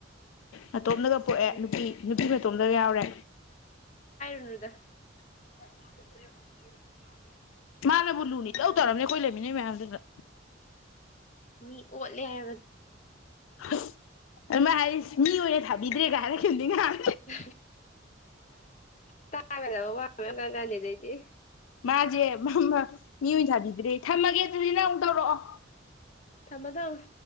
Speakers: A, on the left; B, on the left.
A: ꯃꯇꯣꯝꯗꯒ
B: ꯑꯁ
A: ꯄꯣꯛꯑꯦ ꯅꯨꯄꯤ ꯅꯨꯄꯤ ꯃꯇꯣꯝꯗꯒ ꯌꯥꯎꯔꯦ꯫
B: ꯗꯨꯗ <unintelligible>
A: ꯃꯥꯅꯕꯨ ꯂꯨꯅ ꯏꯇꯧ ꯇꯧꯔꯝꯅꯦ ꯑꯩꯈꯣꯏ ꯂꯩꯔꯤꯕ ꯃꯌꯥꯝꯗꯨꯗ꯫
B: ꯃꯤ ꯑꯣꯠꯂꯦ ꯍꯥꯏꯕꯅꯤ꯫
A: ꯍꯁ ꯑꯗꯨ ꯃꯥꯍꯥꯏꯖꯤ ꯃꯤ ꯑꯣꯏꯅ ꯊꯥꯕꯤꯗ꯭ꯔꯦꯒ ꯍꯥꯏꯔꯛꯈꯤꯕꯅꯤ ꯉꯍꯥꯟ꯫
B: <unintelligible> ꯇ ꯌꯗꯕ ꯋꯥ ꯃꯌꯥꯝ ꯉꯥꯡꯉꯛꯑꯅꯤ ꯑꯗꯩꯗꯤ꯫
A: ꯃꯥꯖꯦ ꯃꯝꯃ ꯃꯤꯑꯣꯏꯅ ꯊꯥꯕꯤꯗ꯭ꯔꯦ ꯊꯝꯃꯒꯦ ꯑꯗꯨꯗꯤ ꯅꯪ ꯑꯃꯨꯛ ꯇꯧꯔꯛꯑꯣ꯫
B: ꯊꯝꯃꯣ ꯊꯝꯃꯣ꯫